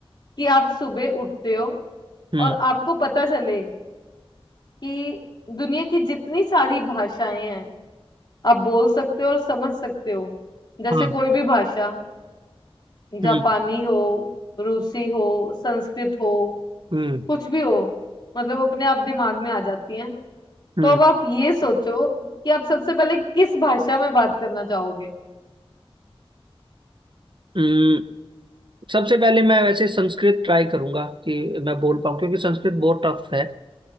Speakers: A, on the left; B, on the right.
A: कि आप सुबह उठते हो
B: हम्म
A: और आपको पता चले कि दुनिया की जितनी सारी भाषाएं हैं आप बोल सकते हो और समझ सकते हो जैसे
B: हाँ
A: कोई भी भाषा जापानी
B: हम्म
A: हो रूसी हो संस्कृत हो
B: हम्म
A: कुछ भी हो मतलब अपने आप दिमाग में आ जाती हैं
B: हम्म
A: तो अब आप ये सोचो कि आप सबसे पहले किस भाषा में बात करना चाहोगे
B: हम्म। सबसे पहले मैं वैसे संस्कृत ट्राई करूंगा कि मैं बोल पाऊँ क्योंकि संस्कृत बहुत टफ है